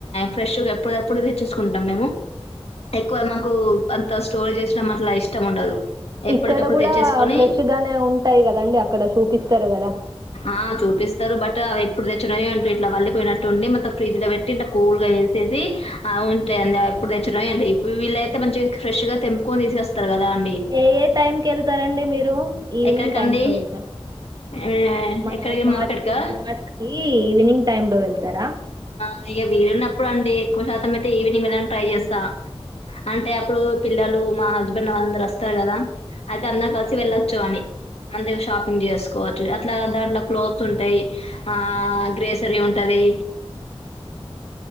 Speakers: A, on the left (about 80°); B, on the right (about 40°).
A: ఫ్రెష్ ఎప్పుడుప్పుడు తెచ్చేసుకుంటాం మేము ఎక్కువ మాకు అంత స్టోర్ చేసడం అట్లా ఇష్టం ఉండదు ఎప్పటికప్పుడు
B: ఇక్కడ కూడా
A: తెచ్చేసుకొని
B: ఫ్రెష్ గానే ఉంటాయి కదండి అక్కడ చూపిస్తారు కదా
A: ఆ చూపిస్తారు బట్ ఎప్పుడు తెచ్చినవిో ఇట్లా వళ్లిపోయినట్టుడి మత్తం ఫ్రిజ్ లో పెట్టి ఇట్లా కూల్ గా వేసేసి ఉంటా అడి అప్పుడు తెచ్చినడి వీళ్ల అయితే మంచి ఫ్రెష్ గా తెంపుకని తీసుకొస్తారు కదా అండి
B: ఏ ఏ టైమ్కి వెళ్తారంండి మీరు ఈవినింగ్
A: ఎక్కడికండి
B: టైమ్స్ లో వెళ్తారు
A: ఆ,
B: మన
A: ఎక్కడికి
B: మార్చ్
A: మార్కెట్కా
B: కి డి మార్చ్ కి ఈవినింగ్ టైమ్ లో వెళ్తారా
A: అ వీరున్న ఇప్పుడుండి ఎక్కువ శాతం అయితే ఈవినింగ్ వెళ్ళని ట్రై చేస్తా అంటే అప్పుడు పిల్లలు మా హస్బెండ్ వాళ్ళందరుూ వస్తారు కదా అయితే అందరం కలిసి వెళ్ళొచ్చు అని అందుగా షాపింగ్ చేసుకోవచ్చు అట్లా దాంట్లో క్లోత్స్ ఉంటాయి ఆ గ్రేసరీ ఉంటది